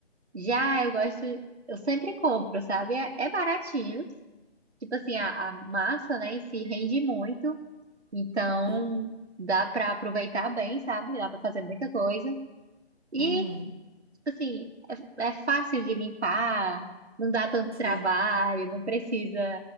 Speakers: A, on the right; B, on the right.
A: já eu gosto, eu sempre compro, sabe? É, é baratinho. Tipo assim, a, a massa, né, em si rende muito, então
B: Hum,
A: dá pra aproveitar bem, sabe? Dá pra fazer muita coisa. E,
B: Uhum.
A: tipo assim, é, é fácil de limpar, não dá tanto
B: Sei.
A: trabalho, não precisa,